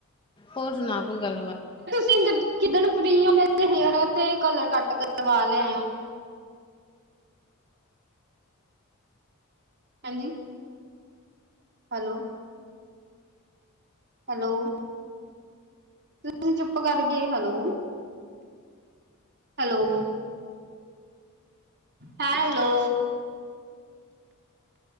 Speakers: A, on the left; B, on the right.
A: ਹੋਰ ਸੁਣਾ ਕੋਈ ਗੱਲਬਾਤ।
B: ਕਿਦਣ ਫਰੀ ਓ, ਮੇਰੇ ਹੇਅਰ ਤੇ ਕਲਰ ਕੱਟ ਕਰਵਾ ਲਿਆ ਆ। ਹਾਂਜੀ। ਹੈਲੋ। ਹੈਲੋ, ਤੁਸੀਂ ਚੁੱਪ ਕਰ ਗ hello. Hello. Hello.